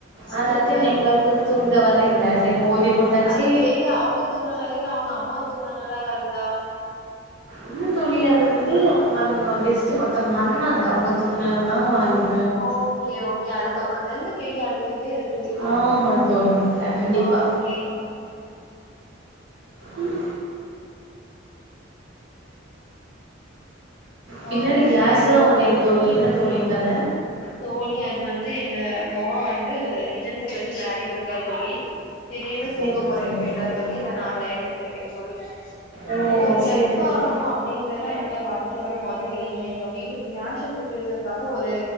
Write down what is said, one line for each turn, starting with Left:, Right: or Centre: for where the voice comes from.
Left: அச்சச்சோ
Right: அத வந்து இன்னைக்கு வந்து தூங் த வர இல்ல சரி ஓதி போட்டாச்சு
Left: அந்த பேபி அவங்க தூக்குறதுனாலயா இல் அவ்ங்க அம் ம்மா தூக்கனனால அது அழுதா
Right: இல்ல தோழி அது வந்து அவங்க வந்து வ ஹெஸ்ட் ஒருத்தவங்க வந்தாங்க அவங்க தூக்குனனாலதா அவ அழுவு
Left: ஓகே ஓகே அதுக்கப்பறத்தருந்து பேபி அழுதுக்கிட்டே இருக்கு
Right: ஆமா தோழி கண்டிப்பா
Left: ஓகே
Right: ம் பின்னாடி
Left: ஓகே
Right: கிளாஸ்ல்லா
Left: வேற
Right: ஒடயுது தோழி என்ன தோழி கத
Left: தோழி அது வந்து இங்க மொவ வந்து கிச்சன் செட் வச்சு விளாடிட்டு இருக்கா தோழி திடீர்னு
Right: சேரி
Left: தூங்க போறேன்னு
Right: தோழி
Left: போயிட்டா
Right: சேரி
Left: தோழி அதா நா வெளையாடிக்கிட்டு இருக்கே தோழி
Right: ஓ
Left: எனக்கு ஒரு செஃப்
Right: சேரி தோ
Left: ஆகணு அப்படிங்கறதா என்னுடைய வாழ்க் யோட மொத ஏய்ம்மே எங்க வீட்டு ஃபினான்சியல் சுச்சுவேஷன்காக ஒரு